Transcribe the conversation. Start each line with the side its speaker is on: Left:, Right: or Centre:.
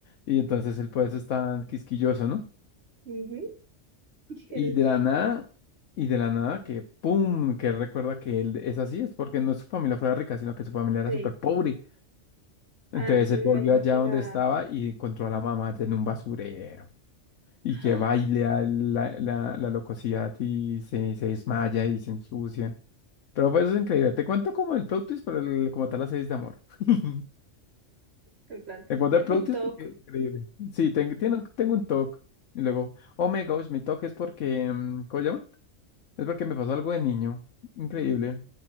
Left: Y entonces el pues es tan quisquilloso, ¿no?
Right: Ujú. <laughs> Y
Left: Y
Right: el-
Left: de la nada, y de la nada que pum, que él recuerda que él es así, es porque no su familia fuera rica, sino que su familia era
Right: sí.
Left: súper pobre. Entonces
Right: Ah, entonces
Left: él volvió
Right: me imagino
Left: allá
Right: que
Left: donde
Right: la.
Left: estaba y encontró a la mamá en un basurero. y que
Right: ¡Ah!
Left: baila la, la, la locosidad y se, se desmaya y se ensucia. Pero pues es increíble. Te cuento como el plot twist, pero el- como tal la serie es de amor. <laughs>
Right: En plan,
Left: Te cuento
Right: tengo
Left: el plot
Right: un
Left: twist
Right: TOC.
Left: porque es increíble. Sí, tengo, tengo, tengo un TOC. Y luego, oh my gosh, mi TOC es porque, mm, ¿cómo se llama? Es porque me pasó algo de niño. Increíble.